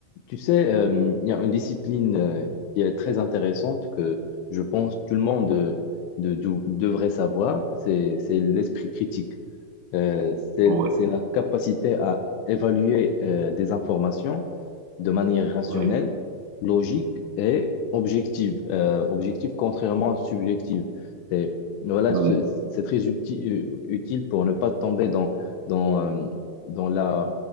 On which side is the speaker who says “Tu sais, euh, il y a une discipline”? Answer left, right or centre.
Left